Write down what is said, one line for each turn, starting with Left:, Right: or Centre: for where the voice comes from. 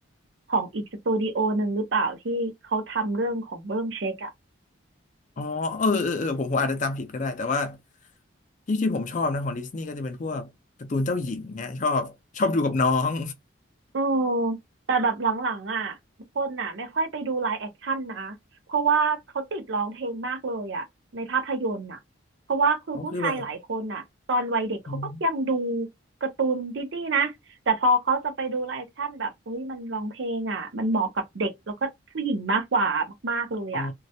Right: ของอีกสตูดิโอหนึ่งหรือเปล่าที่เขาทำเรื่องของเรื่องเช็คอะ
Left: อ๋อเออเออเออผมผมอาจจะจำผิดก็ได้แต่ว่าที่ที่ผมชอบนะของดิสนีย์ก็จะเป็นพวกการ์ตูนเจ้าหญิงเนี่ยชอบชอบดูกับน้อง
Right: เออแต่แบบหลังๆอ่ะคนอ่ะไม่ค่อยไปดูไลฟ์แอคชั่นนะเพราะว่าเขาติดร้องเพลงมากเลยอ่ะในภาพยนตร์อ่ะเพราะว่าคือผู้ชายหลายคนอ่ะตอนวัยเด็กเขาก็ยังดู
Left: เขาคือแบบอืม
Right: การ์ตูนดิสนีย์นะแต่พอเขาจะไปดูไลฟ์แอคชั่นแบบเฮ้ยมันร้องเพลงอ่ะมันเหมาะกับเด็กแล้วก็ผู้หญิงมากกว่ามากๆเลยอ่ะ
Left: อ๋อ